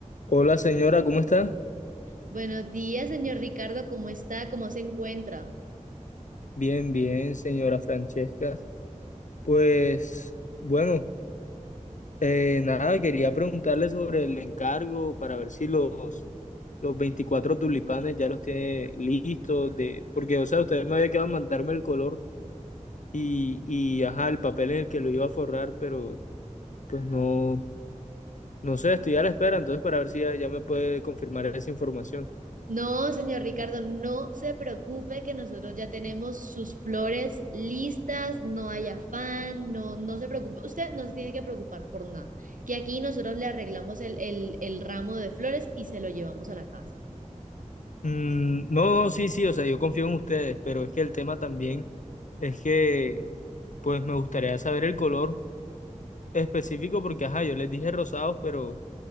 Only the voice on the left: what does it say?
Hola señora, ¿cómo está?
Bien, bien, señora Francesca. Pues bueno, eh, nada, quería preguntarle sobre el encargo para ver si los, los 24 tulipanes ya los tiene listos, de, porque, o sea, usted me había quedado en mandarme el color y, y, ajá, el papel en el que lo iba a forrar, pero pues no, no sé, estoy a la espera, entonces para ver si ya, ya me puede confirmar esa información.
Mm, no, no, sí, sí, o sea, yo confío en ustedes, pero es que el tema también es que, pues me gustaría saber el color específico porque, ajá, yo les dije rosados, pero,